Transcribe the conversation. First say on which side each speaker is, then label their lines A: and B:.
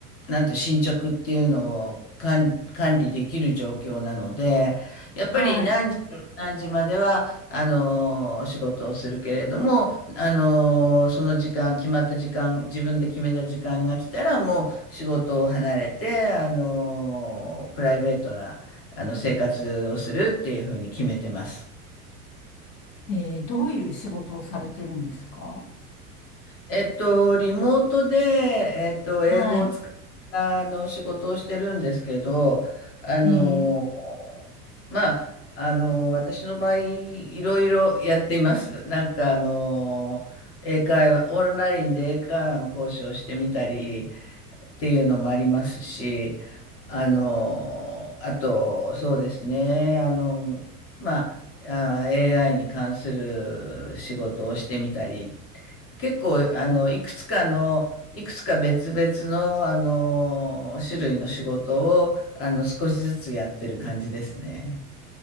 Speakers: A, on the left; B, on the left.
A: なんて進捗っていうのを管、管理できる状況なので、やっぱり何時、
B: はい。
A: 何時までは、あの、仕事をするけれども、あの、その時間、決まった時間、自分で決めた時間が来たら、もう仕事を離れて、あの、プライベートな、あの生活をするっていうふうに決めてます。
B: えーどういう仕事をされてるんですか
A: えっと、リモートで、えっと、
B: はい。
A: 英語を使ったあの仕事をしてるんですけど、あの、
B: えー
A: まあ、あの、私の場合、いろいろやっています。なんか、あの、英会話、オンラインで英会話の講師をしてみたりっていうのもありますし、あの、あと、そうですね、あの、まあ、あー AI に関する仕事をしてみたり結構、あの、いくつかの、いくつか別々の、あの、種類の仕事を、あの、少しずつやってる感じですね。